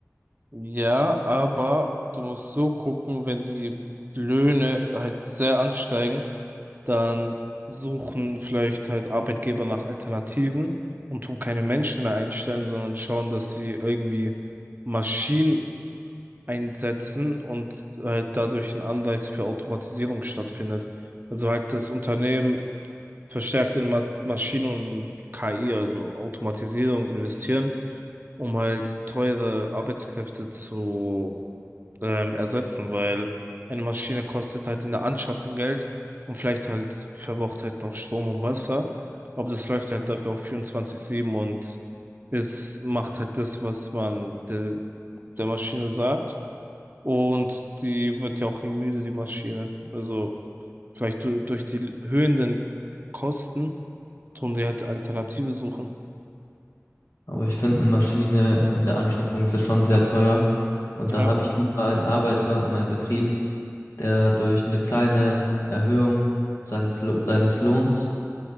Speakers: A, on the right; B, on the left.
A: Ja, aber du musst so gucken, wenn die Löhne halt sehr ansteigen, dann suchen vielleicht halt Arbeitgeber nach Alternativen und tun keine Menschen mehr einstellen, sondern schauen, dass sie irgendwie Maschinen einsetzen und halt dadurch ein Anreiz für Automatisierung stattfindet. Also halt das Unternehmen verstärkt in Ma Maschinen und KI, also Automatisierung, investieren, um halt teure Arbeitskräfte zu ähm, ersetzen, weil eine Maschine kostet halt in der Anschaffung Geld und vielleicht halt verbraucht halt noch Strom und Wasser, aber das läuft halt dafür auch 24/7 und es macht halt das, was man der, der Maschine sagt. Und die wird ja auch nie müde, die Maschine. Also Vielleicht du, durch die höhenden Kosten tun sie halt Alternative suchen.
B: Aber ich finde, eine Maschine in der Anschaffung ist ja schon sehr teuer und
A: Ja.
B: da habe ich lieber einen Arbeiter in meinem Betrieb, der durch eine kleine Erhöhung seines, Lo- seines Lohns